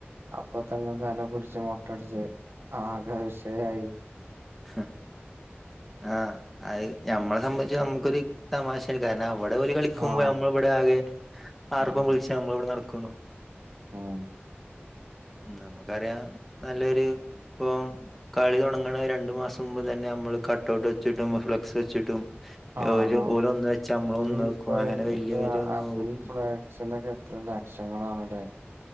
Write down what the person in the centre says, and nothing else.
ഹ് ആഹ് അയ് ഞമ്മളെ സംബന്ധിച്ച് നമുക്കൊര് തമാശേണ് കാരണം അവി ടെ അവര് കളിക്കുമ്പോ
നമ്മളിവിടെ ആകെ ആർപ്പം
വിളിച്ച് നമ്മളിവിടെ നടക്കുണു
ഉം നമുക്കറിയാം നല്ലൊരു ഇപ്പം കളി തുടങ്ങണ രണ്ടു മാസം മുമ്പ് തന്നെ നമ്മള് ക ടൗട്ട് വെച്ചിട്ടും ഫ്ലക്സ് വെച്ചിട്ടും
ഓര്
ഓലൊന്ന് വെച്ചാ നമ്മളൊന്ന്
വെക്കും അങ്ങനെ വല്യോരൊന്ന്
നോക്കും